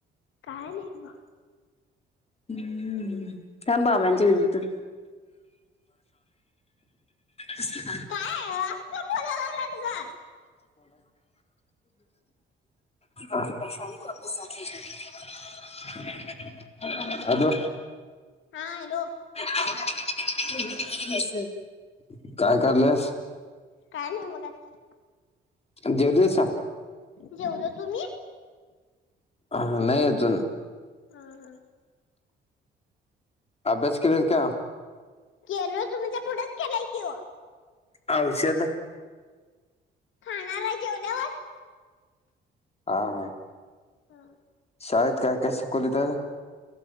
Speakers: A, on the left; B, on the left.
A: काय नाही ब.
B: हम्म. कायम बाबाच्या <unintelligible> <inaudible> <inaudible> <unintelligible> त
A: काय असं का बोलायला लागलात ग
B: की वक्न वैशाली को आपल्या सा <unintelligible> ह <unintelligible> हॅलो
A: हा हॅलो
B: <unintelligible> बसं काय करलेस
A: काय नाही बघत
B: देवद
A: जेवलो तुम्ही
B: ह नाही अजून
A: हा हा
B: अभ्यास केले का
A: केलोय तूमच्या पुढंच केलोय कि
B: औषध.
A: खाणार हाय जेव.
B: हा.
A: हम.
B: शाळेत काय काय शिकवलीत आज?